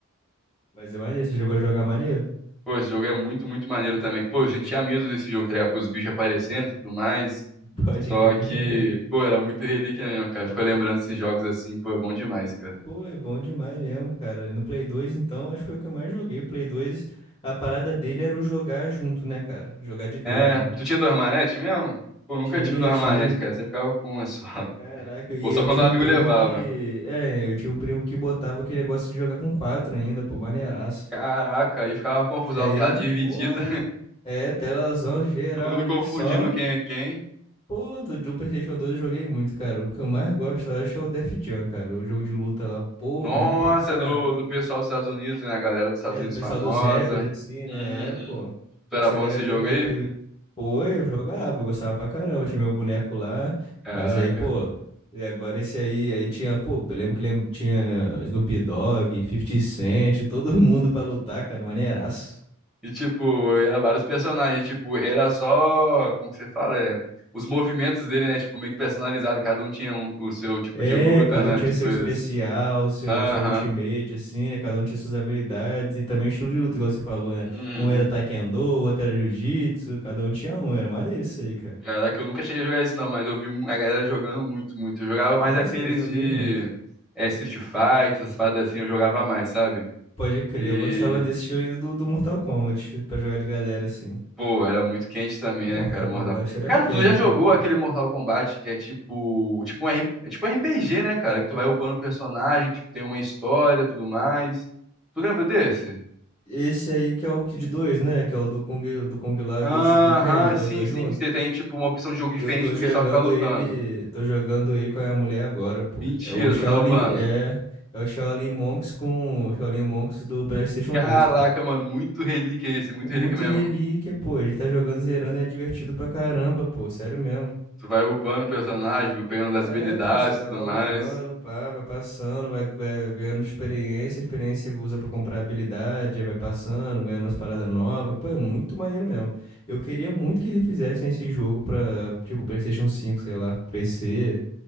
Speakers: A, on the left; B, in the centre.
A: Mas é maneiro, você jogou a jogar maneiro?
B: Pô, esse jogo é muito, muito maneiro também. Pô, eu sentia medo desse jogo, tá ligado? Com os bichos aparecendo e tudo mais.
A: <laughs> Pode
B: Só
A: crer.
B: que, pô, era muito relíquia mesmo, cara. Ficou lembrando desses jogos assim, pô, é bom demais, cara.
A: Pô, é bom demais mesmo, cara. E no Play 2, então, acho que foi o que eu mais joguei. O Play 2, a parada dele era o jogar junto, né, cara? Jogar de dois,
B: É,
A: né?
B: tu tinha duas manetes mesmo? Pô, nunca
A: Tinha,
B: tive duas
A: tinha,
B: manetes, cara.
A: pô.
B: Sempre ficava com uma só.
A: Caraca, e
B: Ou
A: eu
B: só quando
A: tinha
B: o amigo
A: um primo
B: levava.
A: que. É, eu tinha um primo que botava aquele negócio de jogar com quatro ainda, pô, maneiraço.
B: Caraca, aí ficava uma confusão,
A: Esse aí,
B: uma tela dividida,
A: porra, é telazão geral
B: <laughs> todo mundo
A: ali
B: confundindo
A: só.
B: quem é quem.
A: Pô, do, do PlayStation 2 eu joguei muito, cara. O que eu mais gosto, eu acho, é o Def Jam, cara. O jogo de luta lá, pô,
B: Nossa,
A: bom pra caramba.
B: é do, do pessoal dos Estados Unidos, né? A galera dos Estados
A: É,
B: Unidos
A: do pessoal
B: famosa.
A: dos rappers, assim, né?
B: Uhum.
A: É, pô.
B: Tu era
A: Essa
B: bom
A: galera
B: nesse jogo
A: do rap,
B: aí?
A: pô, eu jogava, eu gostava pra caramba. Tinha meu boneco lá.
B: Caraca.
A: Mas aí, pô, e agora esse aí, aí tinha, pô, eu lembro que lembro, tinha Snoop Dogg, 50 Cent, todo <laughs> mundo pra lutar, cara. Maneiraço.
B: E tipo, era vários personagens, tipo, era só, como que você fala, é, os movimentos dele, né, tipo, meio que personalizado, cada um tinha um- o seu tipo
A: É,
B: de luta,
A: cada
B: né,
A: um tinha
B: tipo
A: seu
B: isso.
A: especial, seu,
B: Aham.
A: sua ultimate, assim, né? Cada um tinha suas habilidades e também o estilo de luta, igual você falou, né?
B: Uhum.
A: Um era taekwondo, o outro era jiu-jitsu, cada um tinha um, era maneiro isso aí, cara.
B: Caraca, eu nunca cheguei a jogar esse não, mas eu vi a galera jogando muito, muito. Eu jogava mais
A: Nossa,
B: aqueles
A: eu já joguei
B: de
A: muito.
B: é, Street Fighter, essas paradas assim, eu jogava mais, sabe?
A: Pode crer,
B: E,
A: eu gostava desse estilo aí do, do Mortal Kombat, pra jogar de galera, assim.
B: pô, era muito quente também, né,
A: Mortal
B: cara, Mortal.
A: Kombat era
B: Cara,
A: quente,
B: tu já jogou
A: era quente.
B: aquele Mortal Kombat que é tipo, tipo um, R- é tipo um RPG, né, cara? Que tu vai upando o personagem, tipo, tem uma história, tudo mais. Tu lembra desse?
A: Esse aí que é o Kid 2, né? Que é o do Kung, do Kung Lao
B: Aham,
A: e do Liu Kang, que
B: sim,
A: é os dois
B: sim,
A: juntos.
B: que você tem tipo uma opção de jogo diferente
A: Eu tô
B: do
A: jogando
B: que só ficar lutando.
A: ele, tô jogando ele com a minha mulher agora, pô.
B: Mentira,
A: É o Shaolin,
B: tu tá upando.
A: é, é o Shaolin Monks com o Shaolin Monks do PlayStation
B: Caraca,
A: 2, pô.
B: mano, muito relíquia esse, muito
A: com
B: relíquia
A: Muita
B: mesmo.
A: relíquia, pô. A gente tá jogando zerando e é divertido pra caramba, pô. Sério mesmo.
B: Tu vai upando o personagem, pegando
A: É,
B: as habilidades
A: pô, você vai
B: e tudo
A: lá
B: mais.
A: upando, pá, vai passando, vai, vai ganhando experiência, a experiência usa pra comprar habilidade, aí vai passando, ganhando as paradas novas, pô, é muito maneiro mesmo. Eu queria muito que refizessem esse jogo pra, tipo, PlayStation cinco sei lá, PC.